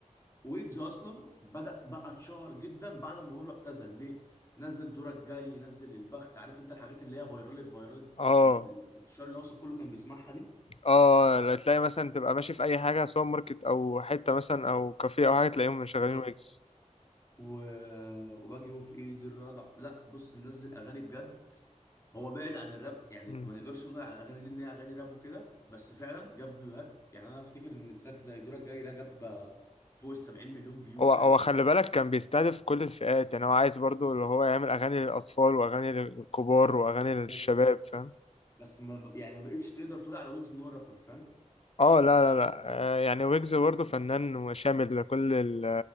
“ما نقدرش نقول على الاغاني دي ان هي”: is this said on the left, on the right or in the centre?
Left